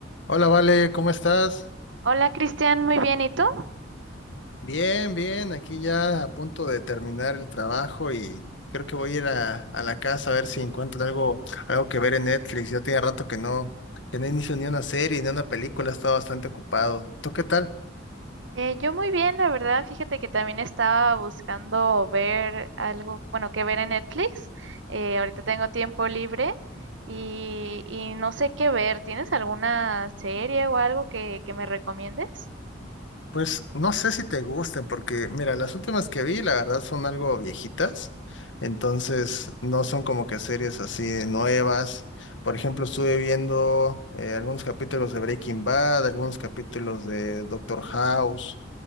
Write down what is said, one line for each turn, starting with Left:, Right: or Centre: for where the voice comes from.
Left: Hola, Vale, ¿cómo estás?
Right: Hola Cristian, muy bien, ¿y tú?
Left: Bien, bien, aquí ya a punto de terminar el trabajo y creo que voy a ir a, a la casa a ver si encuentro algo, algo que ver en Netflix. Ya tiene rato que no, que no inicio ni una serie ni una película, he estado bastante ocupado. ¿Tú qué tal?
Right: Eh, yo muy bien, la verdad, fíjate que también estaba buscando ver algo, bueno, que ver en Netflix. Eh, ahorita tengo tiempo libre y, y no sé qué ver. ¿Tienes alguna serie o algo que, que me recomiendes?
Left: Pues no sé si te gusten, porque mira, las últimas que vi, la verdad, son algo viejitas, entonces no son como que series así nuevas. Por ejemplo, estuve viendo eh, algunos capítulos de Breaking Bad, algunos capítulos de Doctor House,